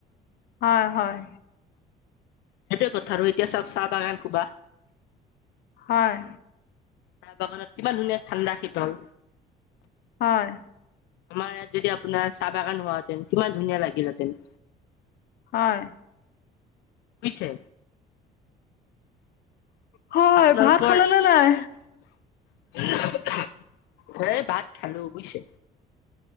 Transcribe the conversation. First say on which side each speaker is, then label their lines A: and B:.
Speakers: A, on the left (about 65°); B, on the left (about 85°).
A: হয়! হয়!
B: সেইটোৱে কথা আৰু এতিয়া চাওঁক, চাহ বাগান সোপা।
A: হয়!
B: চাহ বাগানত, কিমান ধুনীয়া! ঠাণ্ডা-শীতল।
A: হয়!
B: আমাৰ ইয়াত যদি, আপোনাৰ চাহ বাগান হোৱাহেঁতেন, কিমান ধুনীয়া লাগিলহেঁতেন!
A: হয়!
B: <unintelligible> বুজিছে?
A: হয়!
B: আপোনালোকৰ
A: ভাত খালেনে নাই?
B: <unintelligible> এই, ভাত খালোঁ বুজিছে!